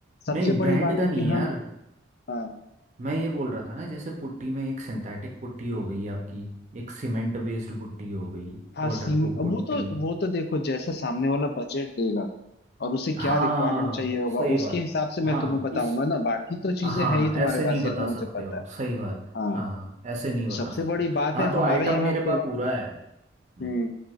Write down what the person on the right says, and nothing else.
नहीं ब्रांड
का
नहीं
यार
मैं ये बोल रहा था ना जैसे पुट्टी में एक सिंथेटिक पुट्टी हो गई आपकी एक सीमेंट बेस्ड पुट्टी हो गई
Waterproof
putty
हाँ
सही
बात
हाँ
हाँ,
इस
हाँ
ऐसे नहीं
बता
सकते
हो
सही बात
हाँ हाँ ऐसे नहीं बता
सकते
हो
हाँ
तो
आइटम
मेरे पास
पूरा है हम्म,